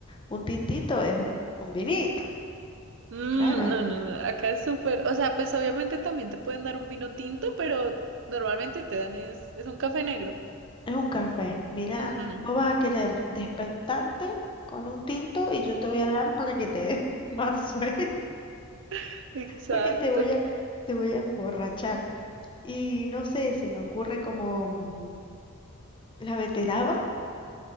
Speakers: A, on the left; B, on the right.
A: Un tintito es un, un vinito.
B: Mm,
A: Claro, eh,
B: no, no, no, acá es súper, o sea, pues obviamente también te pueden dar un vino tinto, pero normalmente te dan es, es un café negro.
A: es un café. Mira,
B: Ujú,
A: vos vas a querer despertarte con un tinto y yo te voy a dar para que te des <laughs> más sueño,
B: <laughs> Exacto.
A: porque te voy a, te voy a emborrachar. Y no sé, se me ocurre como mm, la beteraba.